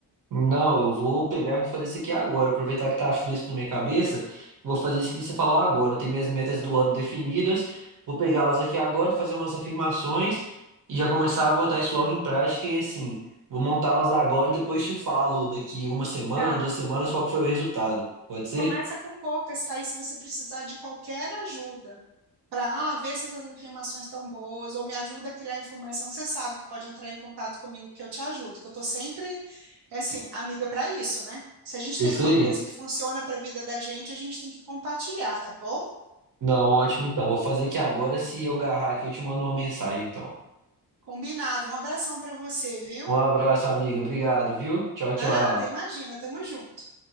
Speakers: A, on the right; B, on the right.
A: Não, eu vou pegar e vou fazer isso aqui agora. Aproveitar que tá fresco na minha cabeça, vou fazer isso que você falou agora. Eu tenho minhas metas do ano definidas, vou pegá-las aqui agora, fazer umas afirmações e já começar a botar isso logo em prática. E assim, vou montá-las agora e depois te falo daqui uma semana,
B: Tá.
A: duas semanas, qual que foi o resultado. Pode ser?
B: Começa com poucas, tá? E se você precisar de qualquer ajuda para ah, ver se essas afirmações estão boas ou me ajuda a criar informação, você sabe que pode entrar em contato comigo que eu te ajudo, que eu tô sempre, é assim, amiga para isso, né? Se a gente
A: Isso
B: tem alguma
A: aí.
B: coisa que funciona para a vida da gente, a gente tem que compartilhar, tá bom?
A: Não, ótimo então. Vou fazer aqui agora. Se eu agarrar aqui, eu te mando uma mensagem então.
B: Combinado. Um abração para você, viu?
A: Um abraço, amiga. Obrigado, viu? Tchau,
B: Nada,
A: tchau.
B: imagina, tamo junto.